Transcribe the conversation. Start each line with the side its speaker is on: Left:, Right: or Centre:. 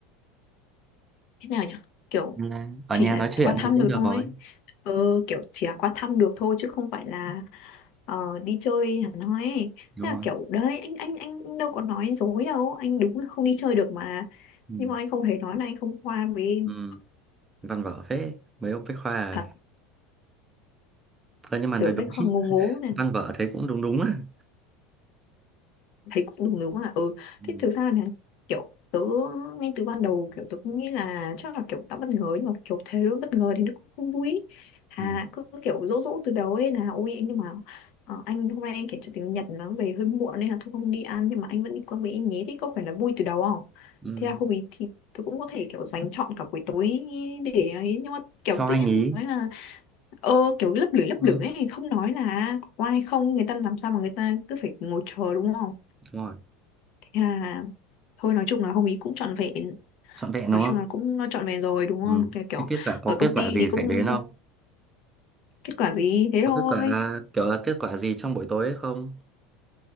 Left: thế nào nhỉ kiểu
Right: Là Ở
Left: chỉ
Right: nhà
Left: là
Right: nói chuyện
Left: qua thăm
Right: thì cũng
Left: được
Right: được
Left: thôi
Right: rồi.
Left: ừ, kiểu chỉ là qua thăm được thôi chứ không phải là ờ, đi chơi hẳn hoi ấy.
Right: Đúng
Left: thế là
Right: rồi.
Left: kiểu đấy anh anh anh đâu có nói dối đâu anh đúng là không đi chơi được mà
Right: Ừ,
Left: nhưng mà anh không hề nói là anh không qua với em
Right: ừ. Văn vở phết, mấy ông bách khoa rồi.
Left: thật
Right: Ờ, nhưng mà
Left: tưởng
Right: nói đúng,
Left: Bách
Right: <laughs>
Left: Khoa ngố ngố
Right: văn vở thấy cũng đúng đúng à.
Left: thấy cũng đúng đúng à ừ
Right: Ừ,
Left: thế thực ra là kiểu tớ ngay từ ban đầu kiểu tớ cũng nghĩ là chắc là kiểu tao bất ngờ ấy, nhưng mà kiểu thế luôn bất ngờ thì nó cũng không vui ý. à
Right: ừ,
Left: cứ cứ kiểu dỗ dỗ từ đầu ấy là ôi anh nhưng mà ờ, anh hôm nay anh kiểm tra tiếng Nhật nó về hơi muộn nên là thôi không đi ăn nhưng mà anh vẫn đi qua với anh nhé thì có phải là vui từ đầu không
Right: ừ.
Left: thế là hôm ý thì tớ cũng có thể kiểu dành trọn cả buổi tối để ấy nhưng mà kiểu
Right: Cho
Left: tự
Right: anh
Left: nhiên
Right: ý.
Left: nói là ờ kiểu lấp lửng lấp
Right: Ừ,
Left: lửng ấy không nói là có ai không người ta làm sao mà người ta cứ phải ngồi chờ đúng không
Right: đúng rồi.
Left: À, thôi nói chung là hôm ý cũng trọn vẹn
Right: trọn vẹn
Left: nói
Right: đúng không
Left: chung là cũng trọn vẹn rồi đúng không
Right: ừ.
Left: cái kiểu
Right: cái kết quả có
Left: ở công
Right: kết quả
Left: ty
Right: gì
Left: thì cũng
Right: xảy đến không
Left: kết quả gì thế
Right: có
Left: thôi
Right: kết quả kiểu là kết quả gì trong buổi tối ấy không